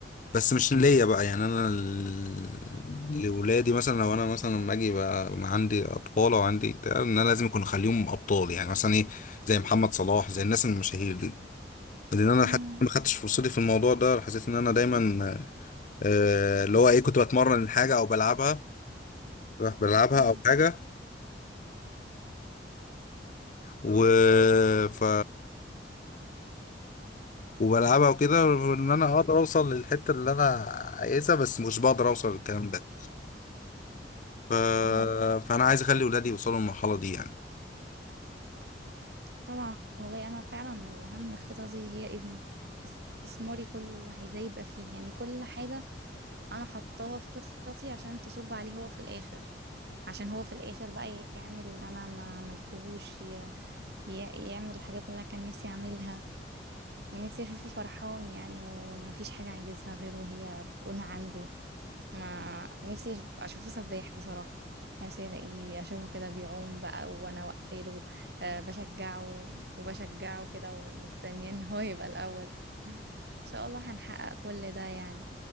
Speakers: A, on the left (about 45°); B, on the right (about 65°).
A: بس مش ليا بقى يعني انا ال- لولادي مثلا لو انا مثلا لما اجي بقى ما عندي اطفال او عندي بتاع، ان انا لازم يكون اخليهم ابطال يعني مثلا ايه زي محمد صلاح زي الناس المشاهير دي لان انا
B: امم
A: حتى ما خدتش فرصتي في الموضوع ده حسيت ان انا دايما آه، اللي هو ايه كنت بتمرن حاجه او بلعبها بلعبها
B: اه
A: او حاجه و ف وبلعبها وكده ان انا اقدر اوصل للحته اللي انا عايزها بس مش بقدر اوصل للكلام ده ف...
B: امم
A: فانا عايز اخلي ولادي يوصلوا للمرحله دي يعني
B: طبعا والله انا فعلا من اهم خططي هي ابني استثماري كله عايزاه يبقى فيه يعني كل حاجة انا حطاها في خططي عشان تصب عليه هو في الاخر عشان هو في الاخر بقى يعمل اللي انا ما عملتهوش ي... ي... يعمل الحاجات اللي انا كان نفسي اعملها نفسي اشوفه فرحان يعني ومفيش حاجة عايزها غير وهي تكون عنده ما نفسي أش- اشوفه سباح بصراحة نفسي الاقيه اشوفه كده بيعوم بقى وانا واقفه له آه، بشجعه وبشجعه كده ومستنيه ان هو يبقى الاول <laughs> ان شاء الله هنحقق كل ده يعني